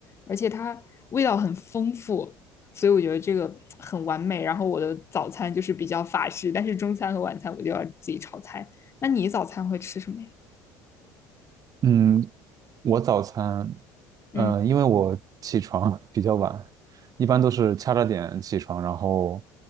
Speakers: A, on the left (about 30°); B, on the right (about 40°).
A: 而且它味道很丰富，所以我觉得这个很完美。然后我的早餐就是比较法式，但是中餐和晚餐我就要自己炒菜。那你早餐会吃什么呀？
B: 嗯，我早餐，嗯，
A: 嗯
B: 因为我起床 <laughs> 比较晚，一般都是掐着点起床，然后